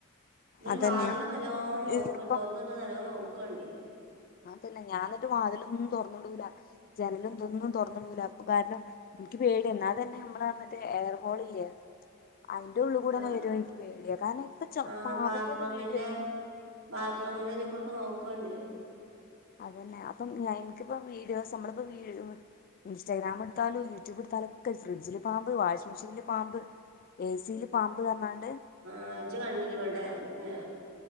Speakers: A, on the right; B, on the left.
A: എന്തേലും
B: അതന്നെ
A: വാതിൽ നല്ലോ നോക്ക
B: ഈർപ്പം
A: തുറ നല്ലോ നോക്കണ്ടി
B: ആതന്നെ ഞാൻ എന്നിട്ട് വാതിലൊന്നും തൊറന്ന്ടൂല ജനലും ഇതൊന്നും തൊറന്ന്ടൂല അപ്പൊ കാരണം ഇൻക്ക് പേടിയ ഇന്നാ തന്നെ നമ്മളെ മറ്റേ എയർ ഹോളില്ലേ അയ്ന്റെ ഉള്ള് കൂടെന്നെ
A: ആഹ്
B: വരോ ഇൻക്ക് പേടിയ കാരണം ഇപ്പ ചെർ
A: ആഹ്
B: പാമ്പ്‌ന്റെക്കെ
A: ബാത്റൂമിന്റെ
B: വീഡിയോ
A: ബാത്റൂമിന്റെ ഇതികൂടൊക്ക നോക്കൊണ്ടി
B: അതെന്നെ അപ്പം ഇൻക്കിപ്പോ വീഡിയോസ് നമ്മളിപ്പോ വീ ഇൻസ്റ്റഗ്രാംമെട്ത്താലും യൂട്യൂബെട്ത്താലൊക്കെ ഫ്രിഡ്ജില് പാമ്പ് വാഷിംഗ് മെഷീനിൽ പാമ്പ് ഏസീല് പാമ്പ്ർഞ്ഞാണ്ട്.
A: ആഹ് ഇജ് കണ്ടീനിയോ ഇവിടെ പിന്നെ